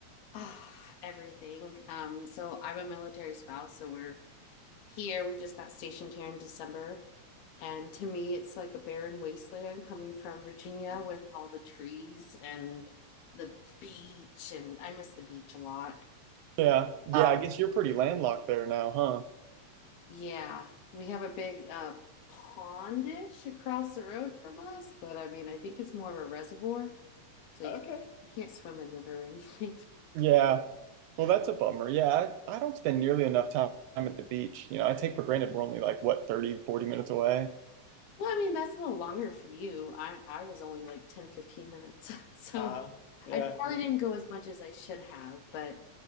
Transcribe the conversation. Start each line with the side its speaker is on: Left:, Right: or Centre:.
Left: Ah, everything. Um, so I'm a military spouse, so we're here. We just got stationed here in December And to me, it's like a barren wasteland coming from Virginia with all the trees and the beach. And I miss the beach a lot.
Right: Yeah, yeah. uh, I guess you're pretty landlocked there now, huh?
Left: Yeah, we have a big uh, pondish across the road from us, but I mean, I think it's more of a reservoir. So you, Okay. can't, you can't swim in it or anything. <laughs>
Right: Yeah. Well, that's a bummer. Yeah, I, I don't spend nearly enough time at the beach. You know, I take for granted we're only like, what, thirty, forty minutes away?
Left: Well, I mean, that's a little longer for you. I, I was only like 10 15 minutes. <laughs> So uh Yeah. I probably didn't go as much as I should have, but